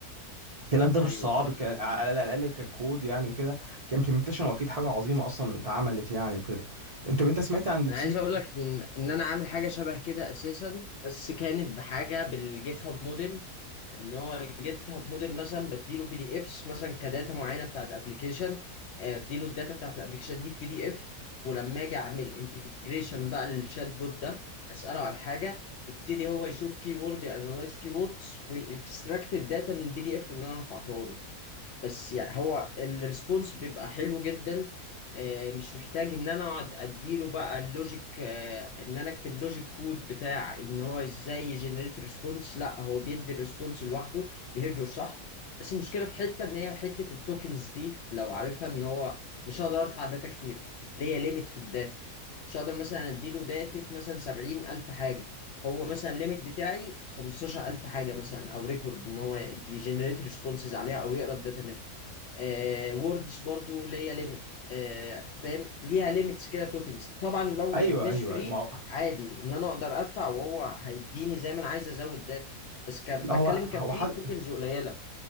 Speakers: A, on the right; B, on the left.
A: الكلام ده
B: ايوه
A: مش صعب
B: فاهم
A: ك... على الاقل ككود يعني وكده كامبلمنتيشن واكيد حاجه عظيمه اصلا اتعملت يعني وكده انت انت سمعت عن ديبسيك
B: انا عايز اقول لك ان ان انا عامل حاجه شبه كده اساسا بس كانت بحاجه بالجيت هاب موديل ان هو الجيت هاب موديل مثلا بديله بي دي افس مثلا كداتا معينه بتاعت ابلكيشن اديله الداتا بتاعت الابلكيشن دي بي دي اف ولما اجي اعمل انتجريشن بقى للشات بوت ده اساله على حاجه يبتدي هو يشوف كي وورد انالايز كي ووردز ويكستراكت الداتا من البي دي اف اللي انا رفعته له بس يعني هو الريسبونس بيبقى حلو جدا آه، مش محتاج ان انا اقعد اديله بقى اللوجيك آه، ان انا اكتب لوجيك كود بتاع ان هو ازاي يجنريت ريسبونس لا هو بيدي الريسبونس لوحده بيهيفير صح بس المشكله في حته ان هي حته التوكنز دي لو عارفها ان هو مش هقدر ارفع داتا كتير ليا ليميت في الداتا مش هقدر مثلا اديله داتا مثلا 70000 حاجه هو مثلا الليميت بتاعي 15000 حاجه مثلا او ريكورد ان هو يجنريت ريسبونسز عليها او يقرا الداتا منها آه ووردز برضو ليا ليميت آه فاهم ليها ليميتس كده توكنز طبعا لو
A: ايوه
B: مش
A: ايوه
B: فري
A: أيوة. ما هو
B: عادي ان انا اقدر ادفع وهو هيديني زي ما انا عايز ازود داتا بس ك... بتكلم
A: لا هو
B: كفري
A: هو حد
B: التوكنز قليله